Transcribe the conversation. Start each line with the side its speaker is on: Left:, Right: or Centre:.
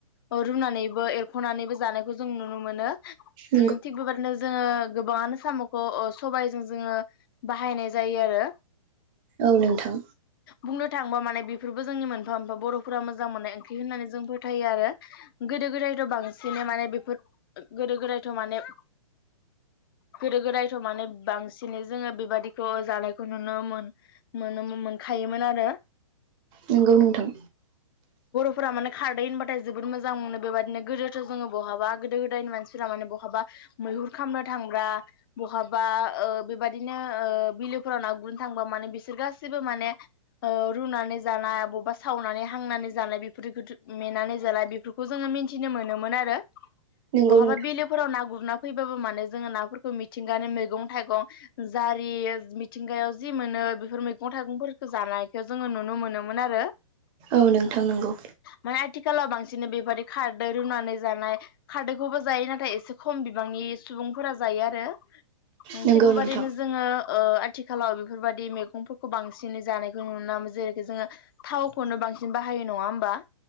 Left: औ रुनानैबो एरखनानैबो जानायखौ जों नुनो मोनो
Right: नंगौ
Left: ओं थिग बिबादिनो जोङो गोबाङानो सामखौ अ सबाइजों जोङो बाहायनाय जायो आरो
Right: औ नोंथां
Left: बुंनो थांबा माने बेफोरबो जोंनि मोनफा मोनफा बरफोरा मोजां मोननाय ओंख्रि होननानै जों फोथायो आरो गोदो गोदायथ बांसिनै माने बेफोर गोदो गोदायथ माने गोदो गोदायथ माने बांसिनै जोङो बेबादिखौ जानायखौ नुनो मोन मोनोमोन मोखायोमोन आरो
Right: नंगौ नोंथां
Left: फोरा माने खारदै होनबाथाय जोबोर मोजां मोनो बेबायदिनो गोदोथ जोङो बहाबा गोदो गोदायनि मानसिफ्रा माने बहाब मैहुर खामनो थांब्रा बहाबा ओ बेबादिनो ओ बिलोफोराव ना गुरनो थांबा माने बिसोर गासिबो माने ओ रुनानै जानाय बबबा सावनानै हांनानै जानाय बेफोरखोथ मेनानै जानाय बेफोरखौ जोङो मिथिनो मोनोमोन आरो
Right: नंगौ
Left: बहाबा
Right: नोंथां
Left: बिलोफोराव ना गुरना फै नै जोङो नाफोरखौ मिथिंगानो मैगं थाइगं जारि मिथिंगायाव जि मोनो बेफोर मैगं थाइगंफोरखौ जानायखौ जोङो नुनो मोनो मोनआरो
Right: औ नोंथां नंगौ
Left: माने आथि थिखालाव बांसिन बेबादि खारदै रुनानै जानाय खारदैखौबो जायो नाथाय एसे खम बिब बांनि सुबुंफोरा जायो आरो ओं
Right: नंगौ
Left: थिग बेबायदिनो
Right: नोंथां
Left: जोङो ओ आथिखालाव बेफोरबायदि मेग गंफोरखौ बांसिनै जानायखौ नुनो जेरैखिजाया थावखौनो बांसिन बाहायो नङा होमबा